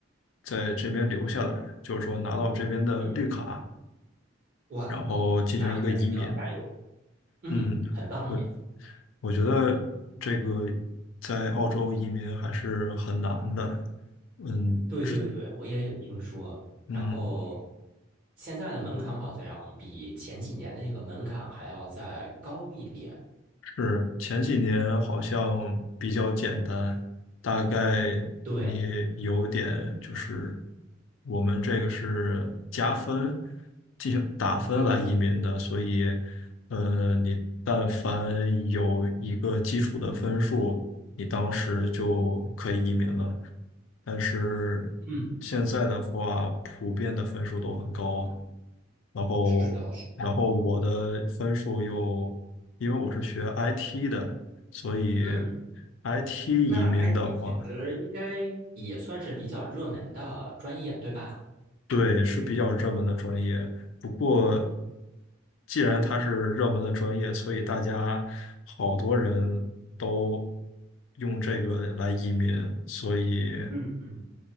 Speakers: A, on the left (about 85°); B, on the right (about 50°).
A: 在这边留下来，就是说拿到这边的绿卡，
B: 嗯哇，
A: 然后进行一个移民。
B: 那还是要加油。嗯，
A: 嗯，
B: 很棒哎。
A: 我我觉得这个在澳洲移民还是很难的。嗯，
B: 对对对，
A: 之
B: 我也有听说。
A: 嗯，
B: 然后现在的门槛好像比前几年的那个门槛还要再高一点。
A: 是前几年好像比较简单，大概你有点就是
B: 对
A: 我们这个是加分进行打分来移民的，
B: 对，
A: 所以呃，你但凡有一个基础的分数，你当时就可以移民了。但是
B: 嗯，
A: 现在的话，普遍的分数都很高。然后，
B: 是的，是
A: 然后我的分数又，因为我是学 IT 的，所以
B: 嗯。
A: IT
B: 那
A: 移民的话，
B: i p 其实应该也算是比较热门的专业，对吧？
A: 对，是比较热门的专业。不过，既然它是热门的专业，所以大家好多人都用这个来移民，所以
B: 嗯嗯。